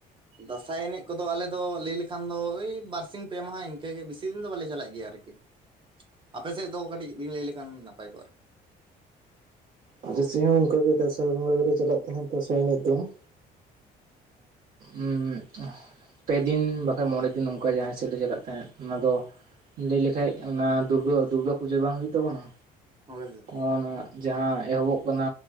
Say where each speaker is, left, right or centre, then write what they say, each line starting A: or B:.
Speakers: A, on the right (about 30°); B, on the right (about 55°).
A: ᱫᱟᱸᱥᱟᱭ ᱮᱱᱮᱡ ᱠᱚᱫᱚ ᱟᱞᱮ ᱫᱚ ᱞᱟᱹᱭ ᱞᱮᱠᱷᱟᱱ ᱫᱚ ᱳᱭ ᱵᱟᱨᱥᱤᱧ ᱯᱮ ᱢᱟᱦᱟ ᱤᱱᱠᱟᱹ ᱜᱮ ᱵᱮᱥᱤ ᱫᱤᱱ ᱫᱚ ᱵᱟᱞᱮ ᱪᱟᱞᱟᱜ ᱜᱮᱭᱟ ᱟᱨᱠᱤ᱾ ᱟᱯᱮ ᱥᱮᱫ ᱫᱚ ᱠᱟᱹᱴᱤᱡ ᱵᱤᱱ ᱞᱟᱹᱭ ᱞᱮᱠᱷᱟᱱ ᱱᱟᱯᱟᱭ ᱠᱚᱜᱼᱟ᱾
B: ᱟᱞᱮ ᱥᱮᱡ ᱦᱚᱸ ᱚᱱᱠᱟ ᱜᱮ ᱫᱟᱸᱥᱟᱭ ᱵᱚᱸᱜᱟ ᱜᱮᱞᱮ ᱪᱟᱞᱟᱜ ᱛᱟᱦᱮᱸᱫ ᱫᱟᱸᱥᱟᱭ ᱮᱱᱮᱡ ᱫᱚ᱾ ᱮᱸᱜ ᱩᱸᱜ ᱯᱮᱫᱤᱱ-ᱵᱟᱠᱷᱟᱱ ᱢᱚᱬᱮ ᱫᱤᱱ ᱚᱝ ᱠᱟ ᱡᱟᱦᱟᱸ ᱥᱮᱫ ᱞᱮ ᱪᱟᱞᱟᱜ ᱛᱟᱦᱮᱸᱫ ᱚᱱᱟ ᱫᱚ, ᱞᱟᱹᱭ ᱞᱮᱠᱷᱟᱡ ᱚᱱᱟ ᱫᱩᱨᱜᱟᱹ ᱫᱩᱨᱜᱟ ᱯᱩᱡᱟᱹ ᱵᱟᱝ ᱦᱩᱭᱩᱜ ᱛᱟᱹᱵᱩᱱᱟ,
A: ᱦᱳᱭ ᱦᱳᱭ᱾
B: ᱚᱱᱚᱶᱟ ᱡᱟᱦᱟᱸᱭ ᱮᱦᱚᱵᱚᱜ ᱠᱟᱱᱟ